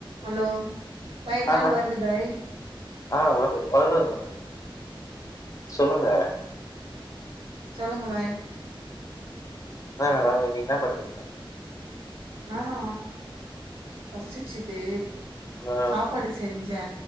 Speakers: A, on the right (about 80°); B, on the left (about 35°).
A: Hello பாய்
B: ஆ
A: கால்
B: மே
A: வருது பாய்
B: ஆ வரு வருது மேடம் சொல்லுங்க
A: சொல்லுங்க வாய்
B: ஆ ஆ நீங்க என்ன பண்ணீங்க
A: நானா பசிச்சுது
B: ஆ
A: சாப்பாடு செஞ்சே